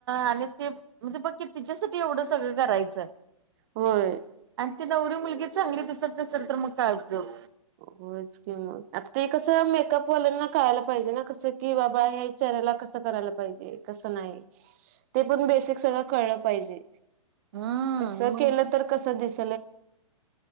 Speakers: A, on the right (about 45°); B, on the right (about 25°).
A: आणि ते म्हणजे बघ की तिच्यासाठी एवढं सगळं. करायचं.
B: होय.
A: त नवरी मुलगी चांगली दिसत नसेल, तर मग काय उपयोग.
B: होच कि मग आता ते कसं मेकअपवाल्यांना कळायला पाहिजे, ना कसं की बाबा याच्या. त्याला कसं करायला पाहिजे कसं नाही ते पण बेसिक सगळं कळलं पाहिजे
A: हम्म
B: कसं
A: मग
B: केलं तर कस दिस